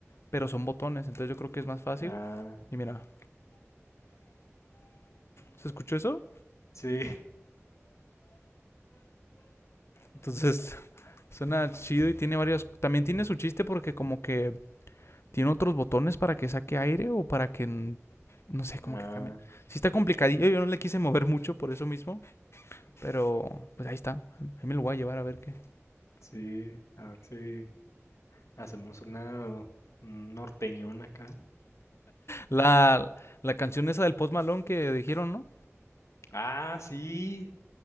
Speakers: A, on the left; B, on the left.
A: pero son botones, entonces yo creo que es más fácil.
B: Ah,
A: Y mira, ¿se escuchó eso?
B: sí,
A: Entonces <laughs> suena chido y tiene varios... También tiene
B: <laughs>
A: su chiste porque como que tiene otros botones para que saque aire o para que... No sé, como
B: ah,
A: que cambien. Sí está complicadillo, yo no le quise mover mucho por eso mismo, pero pues ahí está. Ahí me lo voy a llevar a ver qué.
B: sí, a ver si hacemos una un norteñón acá.
A: La, la canción esa del Post Malone que dijeron, ¿no?
B: Ah, sí,